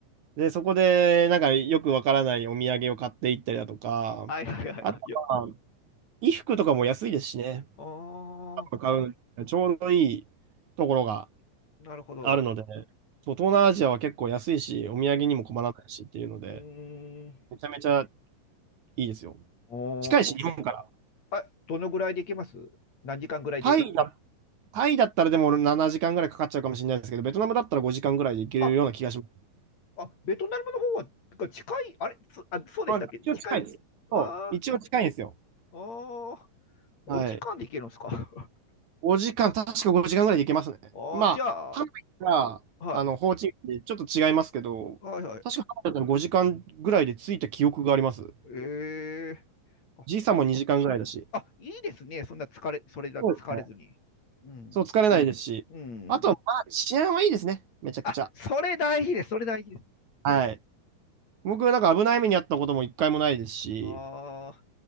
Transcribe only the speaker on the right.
で、そこでなんかよくわからないお土産を買っていったりだとか、
あとは
衣服とかも安いですしね。
買うのにねちょうどいいところが
あるので、そう東南アジアは結構安いし、お土産にも困らないしっていうので、
めちゃめちゃいいですよ。
近いし、日本から。
タイだ、タイだったらでも7時間ぐらいかかっちゃうかもしれないですけど、ベトナムだったら5時間ぐらいで行けるような気がします。
まあ、一応近いです。そう、
一応近いんですよ。
はい。5時間、確か5時間ぐらいで行けますね。
まあ、
ハノイからあの、
ホーチミンってちょっと違いますけど、
確かハノイだったら5時間ぐらいで着いた記憶があります。
時差も2時間ぐらいだし、
そうですね。
そう疲れないですし、
あとは、まあ、治安はいいですね、めちゃくちゃ。
はい。僕、なんか危ない目に遭ったことも一回もないですし、